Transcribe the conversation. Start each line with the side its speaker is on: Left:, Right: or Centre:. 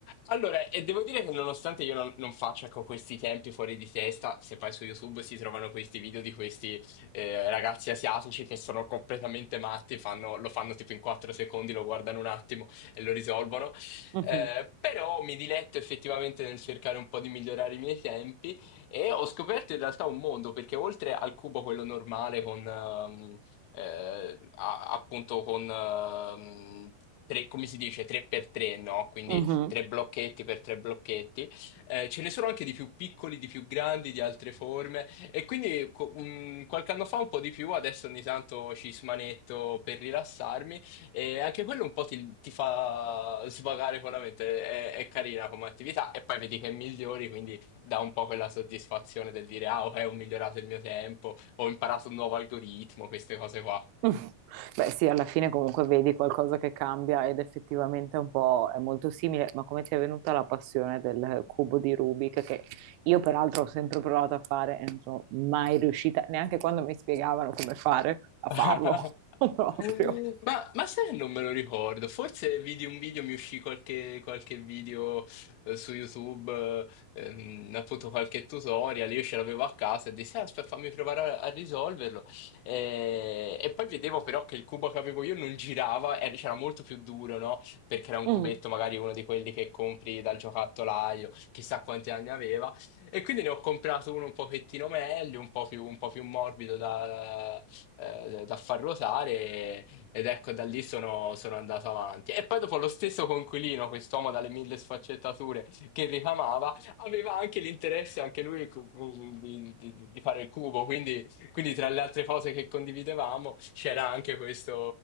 Left: allora, e devo dire che nonostante io non, non faccia con questi tempi fuori di testa, se vai su YouTube si trovano questi video di questi eh, ragazzi asiatici che sono completamente matti, fanno- lo fanno tipo in 4 secondi, lo guardano un attimo e lo risolvono.
Right: Mhm,
Left: Eh, però mi diletto effettivamente nel cercare un po' di migliorare i miei tempi e ho scoperto in realtà un mondo, perché oltre al cubo quello normale con... ehm, eh, a- appunto con ehm, tre- come si dice, 3x3, no? Quindi
Right: mhm.
Left: tre blocchetti per tre blocchetti. Eh, ce ne sono anche di più piccoli, di più grandi, di altre forme. E quindi co- mh, qualche anno fa un po' di più, adesso ogni tanto ci smanetto per rilassarmi. E anche quello un po' ti, ti fa svagare con la mente. È, è carina come attività. E poi vedi che migliori, quindi dà un po' quella soddisfazione del dire: Ah, ok, ho migliorato il mio tempo, ho imparato un nuovo algoritmo, queste cose qua.
Right: <laughs> Beh, sì, alla fine comunque vedi qualcosa che cambia ed effettivamente è un po' è molto simile, ma come ti è venuta la passione del cubo di Rubik che io peraltro ho sempre provato a fare e non sono mai riuscita, neanche quando mi spiegavano come fare, a
Left: <laughs>
Right: farlo <laughs> proprio.
Left: Eh, Ma, ma sai che non me lo ricordo, forse vidi un video, mi uscì qualche, qualche video eh, su YouTube, eh, ehm, appunto qualche tutorial, io ce l'avevo a casa e dissi, "Ah, aspetta, fammi provare a, a risolverlo. Eh, e poi vedevo però che il cubo che avevo io non girava, era, c'era molto più duro, no? Perché era un
Right: Mm.
Left: cubetto, magari uno di quelli che compri dal giocattolaio, chissà quanti anni aveva. E quindi ne ho comprato uno un pochettino meglio, un po' più, un po' più morbido da eh, da far ruotare ed ecco da lì sono, sono andato avanti. E poi dopo lo stesso Conquilino, quest'uomo dalle mille sfaccettature che ricamava, aveva anche l'interesse anche lui cu- cu- di, di- di fare il cubo, quindi, quindi tra le altre cose che condividevamo c'era anche questo,